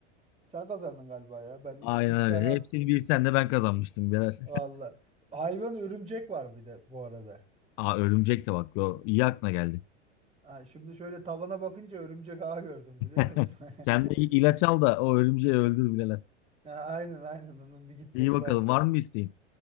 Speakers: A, on the right; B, on the left.
A: Sen kazandın galiba ya. Ben iki,
B: Aynen
A: üç tane
B: öyle.
A: at.
B: Hepsini bilsen de ben kazanmıştım birader.
A: Valla. Hayvan örümcek var bir de bu arada.
B: Aa örümcek de bak. Yo, iyi aklına geldi.
A: Ha, şimdi şöyle tavana bakınca örümcek ağı gördüm biliyor
B: <laughs>
A: musun?
B: Sen
A: <laughs>
B: bir ilaç al da o örümceği öldür bileler.
A: Ha, Aynen aynen onun bir gitmesi
B: İyi bakalım
A: lazım.
B: var mı bir isteğin?